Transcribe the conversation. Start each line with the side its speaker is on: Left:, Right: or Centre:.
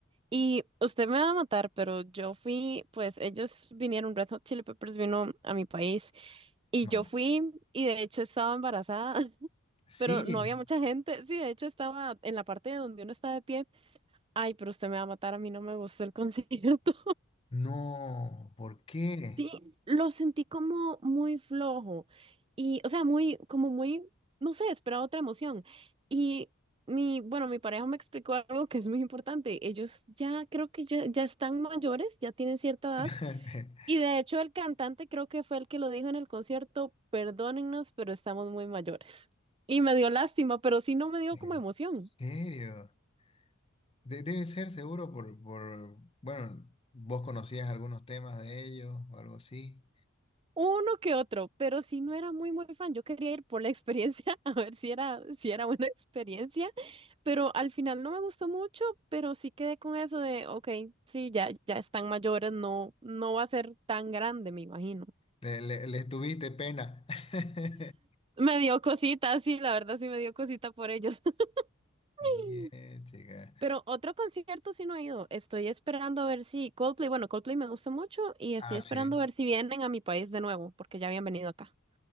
Right: Y usted me va a matar, pero yo fui, pues ellos vinieron, Red Hot Chili Peppers vino a mi país y
Left: no.
Right: yo fui y de hecho estaba embarazada, <laughs>
Left: Sí,
Right: pero no había mucha gente. Sí, de hecho estaba en la parte de donde uno está de pie. Ay, pero usted me va a matar, a mí no me gustó el <laughs> concierto.
Left: no, ¿por qué?
Right: Sí, lo sentí como muy flojo y, o sea, muy, como muy, no sé, esperaba otra emoción. Y mi, bueno, mi pareja me explicó algo que es muy importante. Ellos ya creo que ya, ya están mayores, ya tienen cierta edad.
Left: <laughs>
Right: Y de hecho el cantante creo que fue el que lo dijo en el concierto, perdónennos, pero estamos muy mayores. Y me dio lástima, pero sí no me dio
Left: ¿En
Right: como emoción.
Left: serio? De- debe ser seguro por, por, bueno, vos conocías algunos temas de ellos o algo así.
Right: Uno que otro, pero sí no era muy muy fan. Yo quería ir por la experiencia, <laughs> a ver si era, si era buena experiencia, pero al final no me gustó mucho, pero sí quedé con eso de, ok, sí, ya, ya están mayores, no, no va a ser tan grande, me imagino.
Left: Le, le, les tuviste pena. <laughs>
Right: Me dio cosita, sí, la verdad sí me dio cosita por ellos. <laughs>
Left: Bien, chica.
Right: Pero otro concierto sí no he ido. Estoy esperando a ver si Coldplay, bueno, Coldplay me gusta mucho y estoy
Left: Ah,
Right: esperando
Left: sí.
Right: a ver si vienen a mi país de nuevo, porque ya habían venido acá,